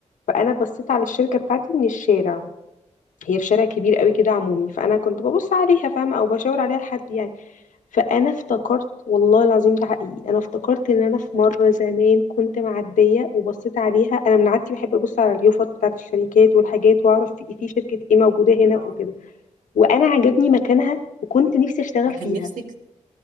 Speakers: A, on the left (about 80°); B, on the right (about 80°).
A: فانا بصيت على الشركه بتاعتي من الشارع هي في شارع كبير قوي كده عمومي فانا كنت ببص عليها فاهمه او بشاور عليها لحد يعني فانا افتكرت والله العظيم ده حقيقي انا افتكرت ان انا في مره زمان كنت معديه وبصيت عليها انا من عادتي بحب ابص على اليوفط بتاعت الشركات والحاجات واعرف في إيه، في شركه ايه موجوده هنا
B: آه.
A: وكده وانا عجبني مكانها وكنت نفسي اشتغل
B: وكان
A: فيها
B: نفسك